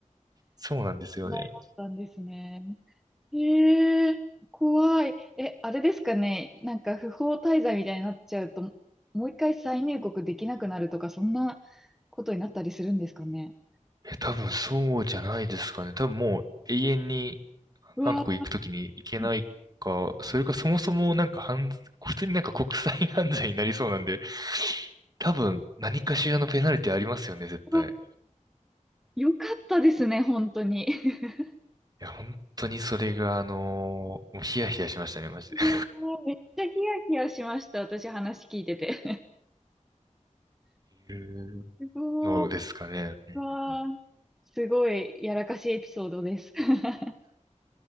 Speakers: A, on the right; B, in the centre.
A: そうなんですよね。
B: 題だったんですね。へえ怖い。え、あれですかね。なんか不法滞在みたいになっちゃうと、もう一回再入国できなくなるとか、そんなことになったりするんですかね。
A: え、多分そうじゃないですかね。多分もう永遠に
B: うわ、
A: 韓国行くときに行けないか、
B: う
A: それかそもそもなんか犯、普通になんか国際犯罪になりそうなんで、多分何かしらのペナルティありますよね、絶対。
B: わよかったですね、本当に。<laughs>
A: いや、本当にそれがあのーもうヒヤヒヤしましたね、マジで。
B: いやー、
A: <laughs> っ
B: めっちゃヒヤヒヤしました、私話聞いてて。
A: ていう
B: <laughs> すごい、
A: のですかね。うんうん
B: うわーすごいやらかしいエピソードです。<laughs>